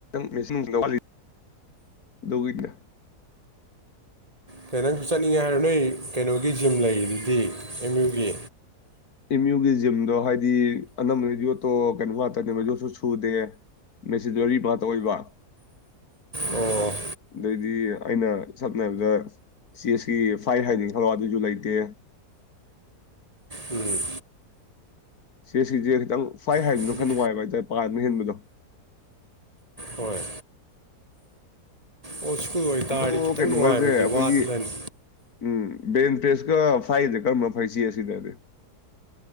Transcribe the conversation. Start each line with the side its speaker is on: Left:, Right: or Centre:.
Left: ꯃꯦꯆꯤꯡ ꯂꯤ ꯗꯣꯒꯤꯗ
Right: ꯀ ꯅꯪꯁꯨ ꯆꯠꯅꯤꯡꯉꯦ ꯍꯥꯏꯔꯣ ꯅꯣꯏ ꯀꯩꯅꯣꯒꯤ ꯖꯤꯝ ꯂꯩꯗꯨꯗꯤ ꯑꯦꯝ ꯌꯨꯒꯤ
Left: ꯑꯦꯝ ꯌꯨꯒꯤ ꯖꯤꯝꯗꯣ ꯍꯥꯏꯗꯤ ꯑꯅꯝꯕꯅ ꯌꯣꯠꯇꯣꯞ ꯀꯣ ꯋꯥꯇꯅꯦ ꯃꯗꯨꯁꯨ ꯁꯨꯗꯦ ꯃꯦꯁꯤꯇ ꯑꯣꯏꯕ
Right: ꯑꯣ
Left: ꯑꯗꯩꯗꯤ ꯑꯩꯅ ꯁꯝꯅ ꯍꯥꯏꯔꯕꯗ ꯆꯁꯀꯤ ꯐꯥꯏ ꯍꯥꯏꯅꯤ ꯈꯜꯂ ꯑꯗꯨꯏꯁꯨ ꯂꯩꯇꯦ
Right: ꯎꯝ
Left: ꯁꯦ ꯁꯤꯁꯦ ꯈꯤꯇꯪ ꯁꯥꯏ ꯍꯥꯏꯔꯤꯅꯣ
Right: ꯑꯗꯨꯗꯤ
Left: ꯈꯟꯅ ꯋꯥꯏꯕ ꯍꯥꯏꯇꯥꯔꯦ ꯄꯥꯗꯨꯅ ꯍꯦꯟꯕꯗꯣ
Right: ꯍꯣꯏ ꯑꯣꯜ ꯁ꯭ꯀꯨꯜ ꯑꯣꯏꯇꯥꯔꯗꯤ
Left: ꯑꯗꯨ
Right: ꯈꯤꯇꯪ
Left: ꯀꯩꯅꯣꯒꯁꯦ
Right: ꯅꯨꯡꯉꯥꯏꯕꯗꯤ
Left: ꯑꯩꯈꯣꯏꯒꯤ
Right: ꯋꯥꯠꯂꯅꯤ
Left: ꯎꯝ ꯕꯦꯟ ꯄ꯭ꯔꯦꯁ ꯀ ꯐꯥꯏꯗꯦ ꯀꯅ ꯐꯩꯁꯤꯁꯤꯗꯗꯤ